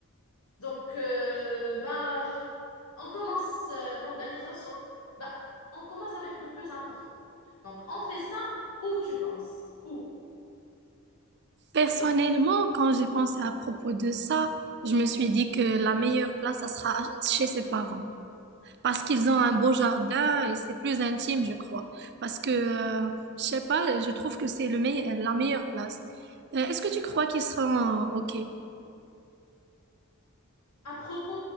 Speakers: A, on the left; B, on the right.
A: Donc, euh, ben, on commence euh, l'organisation. Ben, on commence avec le plus important. Donc, on fait ça où tu penses? Où?
B: Personnellement, quand j'ai pensé à propos de ça, je me suis dit que la meilleure place, ça sera chez ses parents parce qu'ils ont un beau jardin et c'est plus intime, je crois. Parce que, euh, je sais pas, je trouve que c'est le meille- la meilleure place. Euh, est-ce que tu crois qu'ils seront euh, OK?
A: À propos